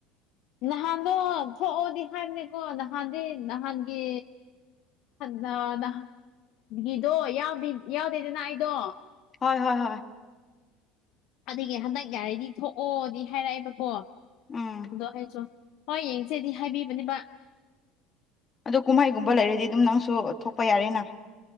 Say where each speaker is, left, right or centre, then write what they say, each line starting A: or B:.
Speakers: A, on the left (about 60°); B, on the left (about 30°).
A: ꯅꯍꯥꯟꯗꯣ ꯊꯣꯛꯑꯣꯗꯤ ꯍꯥꯏꯕꯅꯦꯀꯣ ꯅꯍꯥꯟꯗꯤ ꯅꯍꯥꯟꯒꯤ ꯅꯍꯥꯟꯒꯤꯗꯣ ꯌꯥꯎꯗꯦꯗꯅ ꯑꯩꯗꯣ
B: ꯍꯣꯏ ꯍꯣꯏ ꯍꯣꯏ
A: ꯑꯗꯨꯗꯒꯤ ꯍꯟꯗꯛ ꯌꯥꯔꯗꯤ ꯊꯣꯛꯑꯣꯗꯤ ꯍꯥꯏꯔꯛꯑꯦꯕꯀꯣ
B: ꯎꯝ
A: ꯑꯗꯣ ꯑꯩꯁꯨ ꯍꯣꯏ ꯌꯦꯡꯁꯦꯗꯤ ꯍꯥꯏꯕꯤꯕꯅꯦ
B: ꯑ ꯀꯨꯝꯍꯩꯒꯨꯝꯕ ꯂꯩꯔꯗꯤ ꯑꯗꯨꯝ ꯅꯪꯁꯨ ꯊꯣꯛꯄ ꯌꯥꯔꯦꯅ